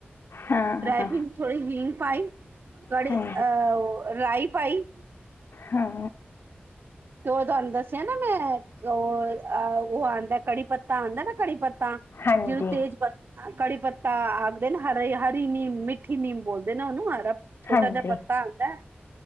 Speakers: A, on the left (about 80°); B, on the right (about 65°).
A: ਹਾਂ
B: ਫਰਾਈ
A: ਹਾਂ
B: ਪੀਨ ਥੋੜੀ ਹੀਗ ਪਾਈ ਕੜੀ
A: ਹਾਂਜੀ
B: ਅਹ ਰਾਈ ਪਾਈ।
A: ਹਾਂ।
B: ਤੇ ਉਹ ਤੁਹਾਨੂੰ ਦੱਸਿਆ ਨਾ ਮੈਂ ਓ ਅ ਓ ਆਂਦਾ ਕੜੀ ਪੱਤਾ ਆਂਦਾ ਨਾ ਕੜੀ ਪੱਤਾ।
A: ਹਾਂਜੀ
B: ਜਿਹਨੂੰ ਤੇਜ਼ ਪੱਤ ਕੜੀ ਪੱਤਾ ਆਖਦੇ ਨਾ ਹਰੇ ਹਰੀ ਨੀਮ ਮਿੱ ਠੀ ਨੀਮ ਬੋਲਦੇ ਨਾ ਓਨੂੰ ਹਰਾ ਛੋਟਾ
A: ਹਾਂਜੀ
B: ਜਾ ਪੱਤਾ ਆਂਦਾ।